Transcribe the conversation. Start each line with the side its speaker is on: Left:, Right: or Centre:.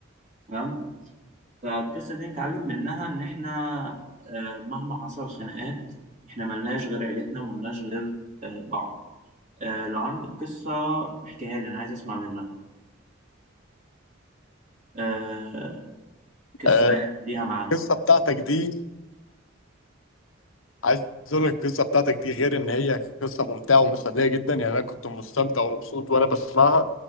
Right: تمام فالقصه دي نتعلم منها ان احنا آه مهما حصل خناقات احنا ملناش غير عيلتنا وملناش غير آه بعض آه لو عندك قصه احكيها لي انا عايز اسمع منك آه قصه
Left: آه،
Right: يعني ليها معنى
Left: القصه بتاعتك دي عايز اقول لك القصه بتاعتك دي غير ان هي قصه ممتعه ومسليه جدا يعني انا كنت مستمتع ومبسوط وانا بسمعها